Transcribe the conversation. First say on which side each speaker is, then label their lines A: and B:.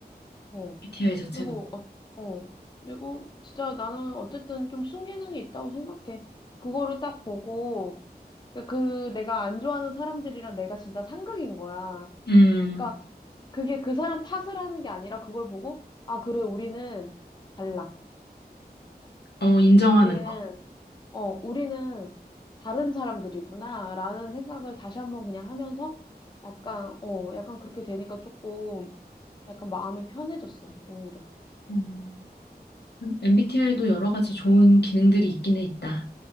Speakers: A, on the left (about 25°); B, on the left (about 85°).
A: 어.
B: MBTI 자체가.
A: 그리고, 어, 어. 그리고 진짜 나는 어쨌든 좀 순기능이 있다고 생각해. 그거를 딱 보고, 그러니까 그 내가 안 좋아하는 사람들이랑 내가 진짜 상극인 거야.
B: 음,
A: 그러니까 그게 그 사람 탓을 하는 게 아니라 그걸 보고, 아, 그래, 우리는 달라.
B: 어, 인정하는
A: 우리는,
B: 거.
A: 어, 우리는 다른 사람들이구나. 라는 생각을 다시 한번 그냥 하면서 약간, 어, 약간 그렇게 되니까 조금 약간 마음이 편해졌어, 오히려.
B: 음. MBTI도 여러 가지 좋은 기능들이 있기는 있다.